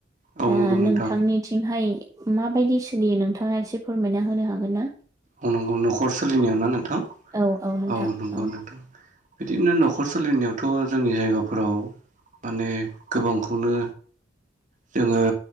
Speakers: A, on the right (about 45°); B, on the right (about 20°).
A: औ
B: दा
A: नंगौ नोंथां
B: नोंथांनिथिंहाय माबायदि सोलियो नोंथाङा एसे फोरमायना होनो हागोन ना?
A: औ नंगौ न'खर सोलिनायाव ना नोंथां?
B: औ नोंथां
A: औ नंगौ
B: औ
A: नोंथां। बिदिनो न'खर सोलिनायावथ' जोंनि जायगाफोराव माने गोबांखौनो जोङो